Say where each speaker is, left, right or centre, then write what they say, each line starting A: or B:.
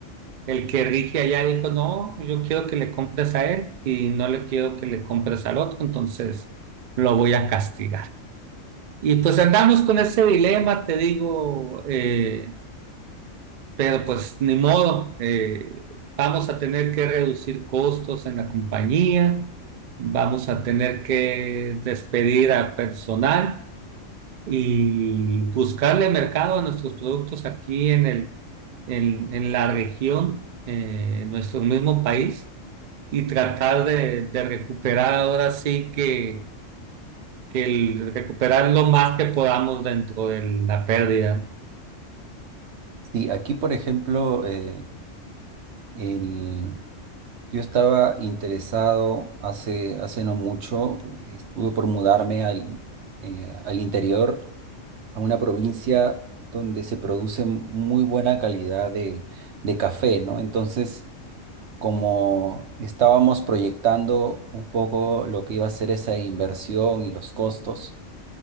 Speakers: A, on the right; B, on the right.
A: el que rige allá dijo, no, yo quiero que le compres a él y no le quiero que le compres al otro, entonces lo voy a castigar. Y pues andamos con ese dilema, te digo, eh, pero pues ni modo, eh, vamos a tener que reducir costos en la compañía, vamos a tener que despedir a personal y buscarle mercado a nuestros productos aquí en el, en, en la región, eh, en nuestro mismo país, y tratar de, de recuperar ahora sí que, que el, recuperar lo más que podamos dentro de la pérdida.
B: Sí, aquí, por ejemplo, eh, el, yo estaba interesado hace, hace no mucho, estuve por mudarme al, eh, al interior, a una provincia donde se produce muy buena calidad de, de café, ¿no? Entonces, como estábamos proyectando un poco lo que iba a ser esa inversión y los costos,